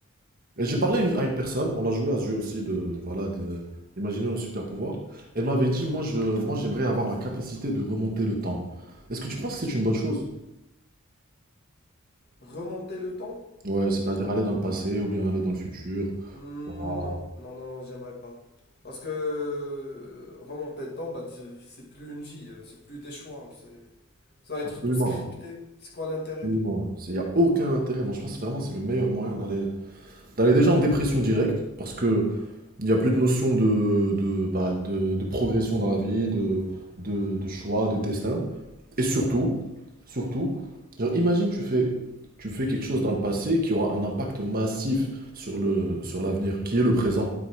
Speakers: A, on the right; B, on the left.
A: Et j'ai parlé à une, à une personne, on a joué à ce jeu aussi de, voilà, de, imaginer nos super pouvoirs. Elle m'avait dit, moi je, moi j'aimerais avoir la capacité de remonter le temps. Est-ce que tu penses que c'est une bonne chose?
B: Remonter le temps?
A: Ouais, c'est-à-dire aller dans le passé ou bien aller dans le futur.
B: Hmm,
A: Voilà.
B: Non, non, non, non, j'aimerais pas. Parce que euh, remonter le temps, bah, je- c'est plus une vie, euh, c'est plus des choix, c'est ça va être
A: Absolument,
B: tout scripté. C'est quoi l'intérêt?
A: absolument. Il n'y a aucun intérêt. Moi, je pense vraiment que c'est le meilleur moyen d'aller T'allais déjà en dépression directe, parce que il n'y a plus de notion de, de, bah, de, de progression dans la vie, de, de, de choix, de destin. Et surtout, surtout, genre, imagine tu fais, tu fais quelque chose dans le passé qui aura un impact massif sur le, sur l'avenir, qui est le présent.